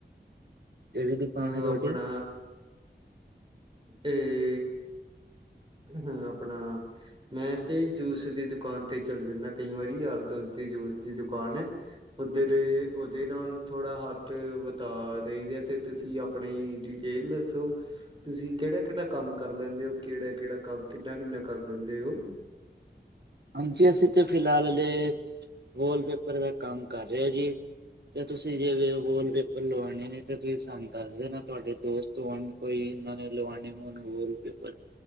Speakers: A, on the right; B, on the right.
A: ਕਿਹੜੀ ਦੁਕਾਨ
B: ਅ
A: ਏ ਤੁਹਾਡੀ
B: ਆਪਣਾ <unintelligible> ਹਾਂ ਆਪਣਾ ਮੈਂ ਤੇ ਜੂਸ ਦੀ ਦੁਕਾਨ ਤੇ ਚੱਲ ਜਾਂਦਾ ਕਈ ਵਾਰੀ ਯਾਰ ਦੋਸਤ ਦੀ ਜੂਸ ਦੀ ਦੁਕਾਨ ਹੈ। ਉੱਧਰ ਉਹਦੇ ਨਾਲ ਥੋੜ੍ਹਾ ਹੱਥ ਵਟਾ ਦਈਦੇ ਆ ਤੇ ਤੁਸੀਂ ਆਪ ਆਪਣੀ ਡਿਟੇਲ ਦੱਸੋ ਤੁਸੀਂ ਕਿਹੜਾ, ਕਿਹੜਾ ਕੰਮ ਕਰ ਲੈਂਦੇ ਹੋ ਕਿਹੜਾ, ਕਿਹੜਾ ਕੰ ਕਿੰਨਾ ਕਿੰਨਾ ਕਰ ਦਿੰਦੇ ਉਹ
A: ਹਾਂਜੀ ਅਸੀਂ ਤਾਂ ਫਿਲਹਾਲਲੇ ਵਾਲਪੇਪਰ ਦਾ ਕੰਮ ਕਰ ਰਹੇ ਹ ਜੀ ਤੇ ਤੁਸੀਂ ਜੇ ਵੋਲ ਪੇਪਰ ਲਵਾਉਣੇ ਨੇ ਤੇ ਤੁਸੀਂ ਸਾਨੂੰ ਦੱਸਦੇ ਨਾ ਤੁਹਾਡੇ ਦੋਸਤ ਕੋਈ ਇੰਨਾ ਨੇ ਲਵਾਨੇ ਹੋਣ ਵਾਲ ਪੇਪਰ